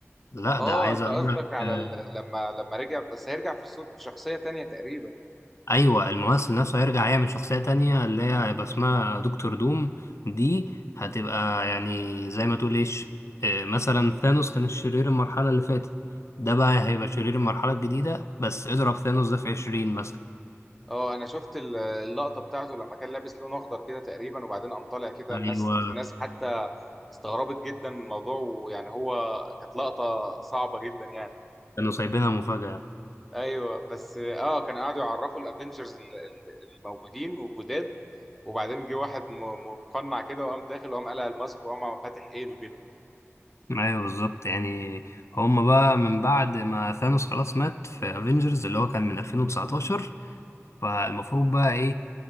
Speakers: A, on the left (about 75°); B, in the centre.
A: لا
B: اه
A: ده عايز
B: انت
A: اقول
B: قصدك على
A: لك آه،
B: ال... لما لما رجع بس هيرجع في صوت في شخصيه تانية تقريبا
A: ايوه الممثل نفسه هيرجع يعمل شخصية تانية اللي هي هيبقى اسمها دكتور دوم دي هتبقى يعني زي ما تقول ايش آه، مثلا ثانوس كان الشرير المرحلة اللي فاتت ده بقى هيبقى شرير المرحلة الجديدة بس اضرب ثانوس ده في عشرين مثلا
B: اه انا شفت ال- اللقطه بتاعته لما كان لابس لون اخضر كده تقريبا وبعدين قام طالع كده
A: ايوه
B: الناس الناس حتى استغربت جدا من الموضوع ويعني هو كانت لقطه صعبه جدا يعني
A: كانوا سايبينها مفاجأة
B: ايوه بس اه كان قاعدوا يعرفوا الافنجرز ال- ال- الموجودين والجداد وبعدين جه واحد م- م- مقنع كده وقام داخل وقام قلع الماسك وقام فاتح ايده كده
A: ايوه بالظبط يعني هما بقى من بعد ما ثانوس خلاص مات في افنجرز اللي هو كان من 2019 فالمفروض بقى ايه